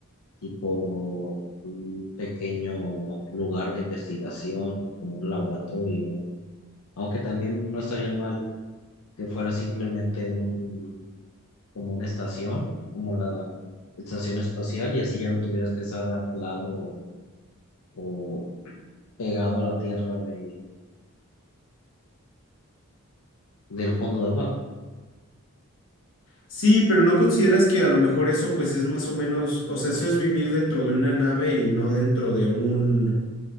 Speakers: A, on the left; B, on the left.
A: tipo un pequeño lugar de investigación, como un laboratorio, aunque también no estaría mal que fuera simplemente un, como una estación, como la estación espacial, y así ya no tuvieras que estar anclado o pegado a la tierra de, del fondo del mar.
B: Sí, pero ¿no consideras que a lo mejor eso, pues, es más o menos, o sea, eso es vivir dentro de una nave y no dentro de un